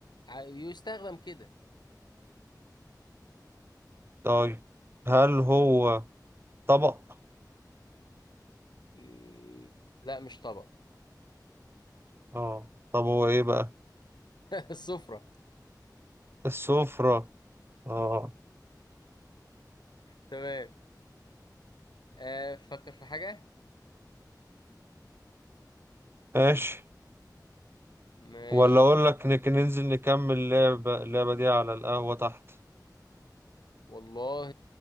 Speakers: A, on the left (about 80°); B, on the right (about 35°).
A: ع- يستخدم كده
B: طيب هل هو طبق
A: مم، لا مش طبق
B: اه طب هو إيه بقى
A: <laughs> السفرة
B: السفرة اه
A: تمام آه، فكر في حاجة
B: ماشي
A: ماشي
B: ولا اقول لك نك- ننزل نكمل اللعبة اللعبة دي على القهوة تحت
A: والله